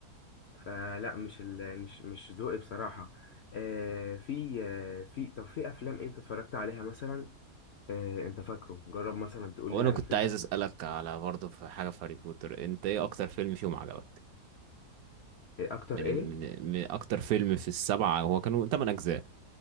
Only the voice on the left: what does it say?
فلا مش ال... مش مش ذوقي بصراحة آه في آه في طب في افلام انت اتفرجت عليها مثلا آه انت فاكره جرب مثلا تقول
لي على
فيلم
إيه اكتر
ايه